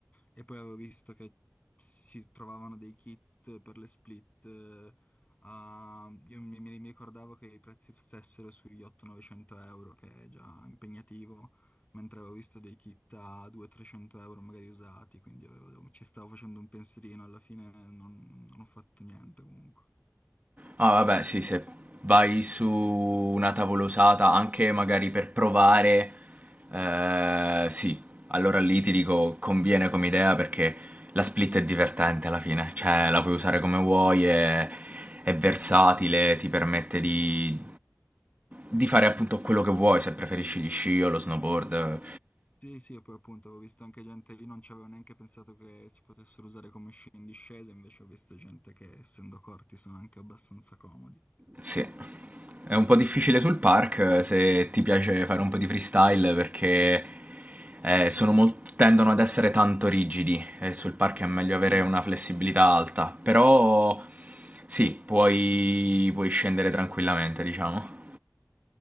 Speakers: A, on the left (about 30°); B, on the right (about 35°).
A: E poi avevo visto che si trovavano dei kit per le split. eh, a- io mi, mi ricordavo che i prezzi stessero sugli 800-900 euro, che è già impegnativo mentre avevo visto dei kit a 200-300 euro magari usati, quindi avevo- ci stavo facendo un pensierino, alla fine non, non ho fatto niente comunque.
B: Ah, vabbè, sì, se vai su una tavolosata anche magari per provare, eh, sì, allora lì ti dico conviene come idea perché la split è divertente alla fine, cioè la puoi usare come vuoi, è, è versatile, ti permette di, di fare appunto quello che vuoi, se preferisci gli sci o lo snowboard,
A: Sì, sì, e poi appunto avevo visto anche gente, io non ci avevo neanche pensato che si potessero usare come sci in discesa, invece ho visto gente che essendo corti sono anche abbastanza comodi.
B: sì. È un po' difficile sul park eh, se ti piace fare un po' di freestyle perché eh, sono mol- tendono ad essere tanto rigidi e sul park è meglio avere
A: Mm,
B: una flessibilità alta, però sì, puoi, puoi scendere tranquillamente, diciamo.